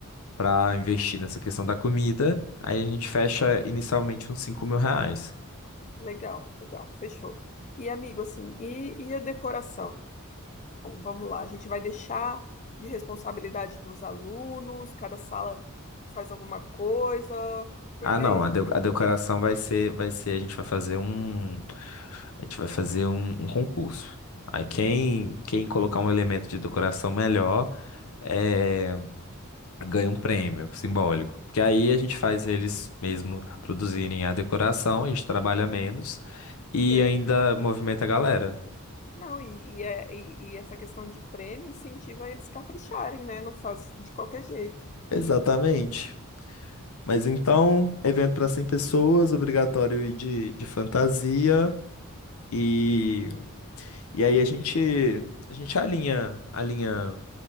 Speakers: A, on the left; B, on the left.
A: para investir nessa questão da comida. Aí a gente fecha inicialmente uns cinco mil reais.
B: Legal, legal, fechou. E amigo, assim, e, e a decoração? Vamos lá, a gente vai deixar de responsabilidade dos alunos, cada sala faz alguma coisa, porque
A: Ah, não,
B: aí a gente
A: a, de- a decoração
B: é
A: vai ser, vai ser, a gente vai fazer um, a gente vai fazer um, um concurso. Aí quem, quem colocar um elemento de decoração melhor, é ganha um prêmio simbólico. Porque aí a gente faz eles mesmo produzirem a decoração, a gente trabalha menos e
B: verdade.
A: ainda movimenta a galera.
B: Não, e, e, é- e- e essa questão de prêmio incentiva eles capricharem, né? Não faz de qualquer jeito.
A: Exatamente. Mas então, evento para 100 pessoas, obrigatório ir de, de fantasia. E, e aí a gente, a gente alinha, alinha